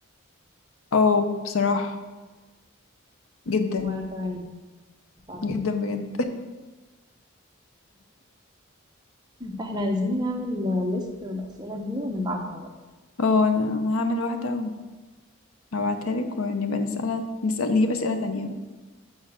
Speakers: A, on the left; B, on the right.
A: اه بصراحة جدا
B: وانا كمان فعلا
A: جدا بجد
B: احنا عايزين نعمل ليست من الأسئلة دي ونبعتها بقى
A: <laughs> اه انا أنا هعمل واحدة وهبعتها لك ونبقى نسألها نسأل نجيب أسئلة تانية